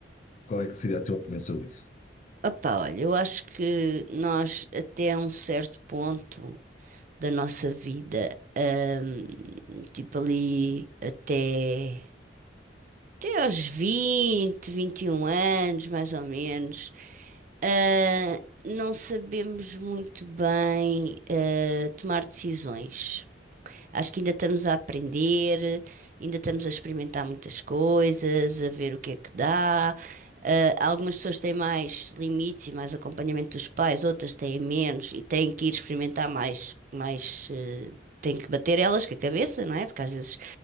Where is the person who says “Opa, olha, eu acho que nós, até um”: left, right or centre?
Right